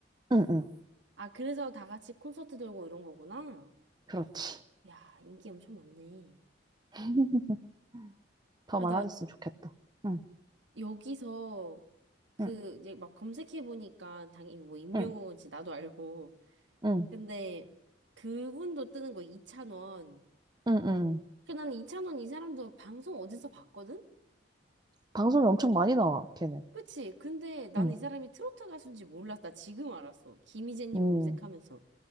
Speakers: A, on the right; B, on the right.
A: 응, 응.
B: 아, 그래서 다 같이 콘서트 돌고 이런 거구나.
A: 그렇지.
B: 야, 인기 엄청 많네.
A: <laughs> 더
B: 아나
A: 많아졌으면 좋겠다. 응,
B: 여기서 그
A: 응,
B: 이제 막 검색해 보니까 당연히 뭐 임영웅인지
A: 응,
B: 나도 알고
A: 응,
B: 근데 그분도 뜨는 거 이찬원
A: 응, 응.
B: 그 나는 이찬원 이 사람도 방송 어디서 봤거든?
A: 방송이 엄청 많이 나와, 걔는.
B: 그치? 근데 나는
A: 응,
B: 이 사람이 트로트 가수인지 몰랐다 지금 알았어 김희재님
A: 응.
B: 검색하면서